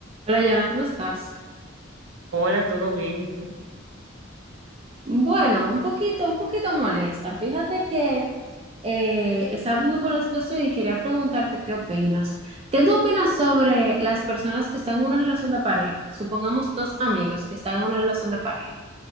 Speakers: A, on the right; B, on the right.
A: Hola, Yana, ¿cómo estás?
B: Hola, ¿todo bien? ¿Y tú?
A: Bueno, un poquito, un poquito molesta. Fíjate que eh, estaba pasando por una situación y quería preguntarte qué opinas. ¿Qué tú opinas sobre las personas que están en una relación de pareja? Supongamos dos amigos que están en una relación de pareja,